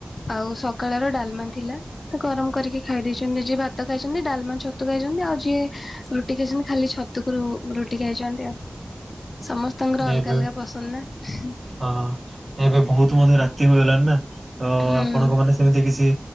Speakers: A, on the left; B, on the right.
A: ଆଉ ସକାଳର ଡାଲମା ଥିଲା। ତ ଗରମ୍ କରିକି ଖାଇ ଦେଇଛନ୍ତି ଯିଏ ଭାତ ଖାଇଛନ୍ତି ଡାଲମା, ଛତୁ ଖାଇଛନ୍ତି ଆଉ ଯିଏ ରୁଟି ଖାଇଛନ୍ତି ଖାଲି ଛ ତୁ କୁରୁ ରୁଟି ଖାଇଚନ୍ତି ଆଉ ସମସ୍ତଙ୍କର
B: ନାଇଁ,
A: ଅଲଗା
B: ଏବେ
A: ଅଲଗା ପସନ୍ଦ ନା।
B: ହଁ ଏବେ ବହୁତ ମଧ୍ୟ ରାତି ହୋଇଗଲାଣି ନା ତ
A: ହୁଁ
B: ଆପଣଙ୍କ ମାନେ। ସେମିତି କିଛି